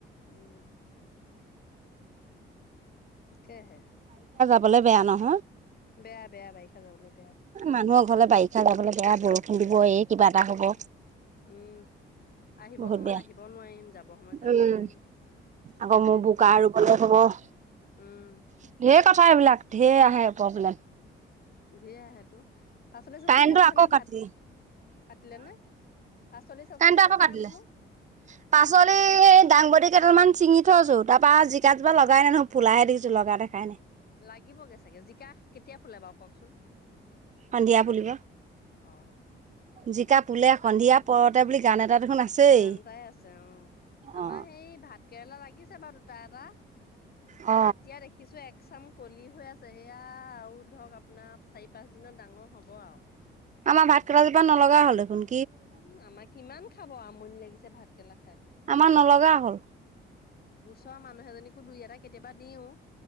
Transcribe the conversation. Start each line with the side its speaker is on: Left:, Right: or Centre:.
Left: উম! কেহে,
Right: কাবলে বেয়া নহয়,
Left: বেয়া বেয়া বাইখা যাবলৈ বেয়া
Right: মানুহৰ ঘৰলে বাৰিষা যাবলে বেয়া বৰষুণ দিব এই কিবা এটা হব।
Left: উম আহিব
Right: বহুত
Left: সময়ত
Right: বেয়া
Left: আহিবও নোৱাৰিম যাব সময়ত যাবও
Right: উম,
Left: নোৱাৰিম।
Right: আকৌ মোৰ
Left: ধেৰ
Right: বোকা
Left: দিগদাৰ
Right: আৰু কতে থ হব
Left: উম
Right: ঢেৰ কথা এইবিলাক ঢেৰ আহে, প্ৰব্লেম
Left: ধে সেইটো পাচলি চাচলি
Right: কাৰেণ্টটো
Left: হৈছে
Right: আকৌ
Left: নে ভাত
Right: কাটিলে
Left: পাতিলে নে! পাচলি চাচলি
Right: কণ্টো
Left: হৈছে
Right: আকৌ পাতিলে
Left: নে বোলো
Right: পাচলি দাংবদী কেইদাল মান। চিঙি থৈছো তাৰ পৰাৰা জিকাোা লগাই নে নো ফুলাহে দেখিছো লগা দেখাই নাই,
Left: লাগিবগে চাগে জিকা কেতিয়া ফুলে বাৰু কওকচোন
Right: সন্ধিয়া পুলিব
Left: অ
Right: জিকা পুলে সন্ধিয়া পৰতে বুলি গান এটা, দেখোন আছেই
Left: গানটাই আছে অ আমাৰ
Right: অ
Left: সেই ভাত কেৰেলা লাগিছে বাৰু দুটা এটা,
Right: অ
Left: এতিয়া দেখিছো এক এক চাম কলি হৈ আছে সেয়া আৰু ধৰক আপোনাৰ চাৰি পাঁচ দিনত ডাঙৰ হ'ব আৰু
Right: আমাৰ ভাত কজোপা নলগা হলেন
Left: উম আমাক কিমান খাব আমনি লাগিছে ভাত খেলা,
Right: আমাৰ নলগা হ'ল।
Left: উ ওচৰৰ মানুহ এজনীকো দুই এটা কেতিয়াবা দিও।